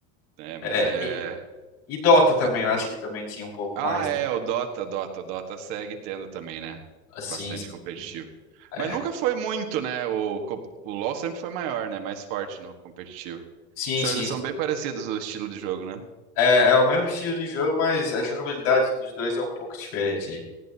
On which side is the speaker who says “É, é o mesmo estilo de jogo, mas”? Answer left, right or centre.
Left